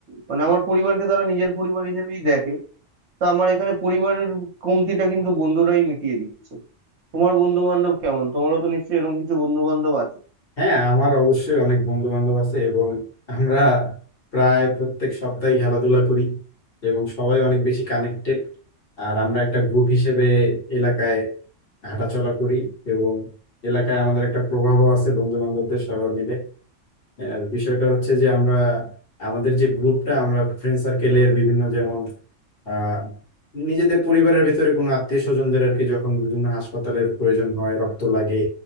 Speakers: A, on the right; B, on the left.
A: মানে আমার পরিবারকে তারা নিজের পরিবার হিসেবেই দেখে তা আমার এখানে পরিবারের কমতিটা কিন্তু বন্ধুরাই মিটিয়ে দিচ্ছে তোমার বন্ধু বান্ধব কেমন তোমারও তো নিশ্চয়ই এরকম কিছু বন্ধু বান্ধব আছে
B: হ্যাঁ আমার অবশ্যই অনেক বন্ধু বান্ধব আছে এবং আমরা প্রায় প্রত্যেক সপ্তাহে খেলাধুলা করি এবং সবাই অনেক বেশি কানেক্টেড আর আমরা একটা গ্রুপ হিসেবে এলাকায় হাঁটাচলা করি এবং এলাকায় আমাদের একটা প্রভাবও আছে বন্ধু বান্ধবদের সবার মিলে আর বিষয়টা হচ্ছে যে আমরা আমাদের যে গ্রুপটা আমরা ফ্রেন্ড সার্কেলের বিভিন্ন যেমন আহ নিজেদের পরিবারের ভিতরে কোনো আত্মীয় স্বজনদের আর কি যখন বিভিন্ন হাসপাতালের প্রয়োজন হয় রক্ত লাগে